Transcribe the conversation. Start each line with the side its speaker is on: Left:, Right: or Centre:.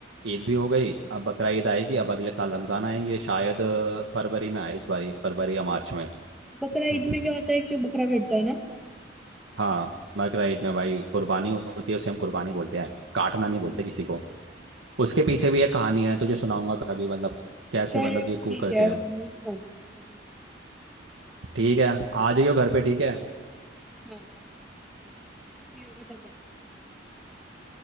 Right: ईद भी हो गई अब बकरा ईद आएगी अब अगले साल रमज़ान आएंगे शायद अ, फरवरी में आए इस बारी फरवरी या मार्च में
Centre: बकरा
Right: तो
Centre: ईद में क्या होता है कि बकरा कटता है ना
Right: हाँ बकरा ईद में भाई कुर्बानी होती है उसे हम कुर्बानी बोलते हैं काटना नहीं बोलते किसी को उसके पीछे भी एक कहानी है तुझे सुनाऊंगा कभी मतलब कैसे
Centre: चल
Right: मतलब
Centre: ठीक
Right: ये कू करते
Centre: है
Right: हैं हम
Centre: बाद में सुना दी कभी
Right: ठीक है आ जाइयो घर पे ठीक है
Centre: हाँ आऊंगी, आऊंगी, जब फ्री होगा तब आऊंगी,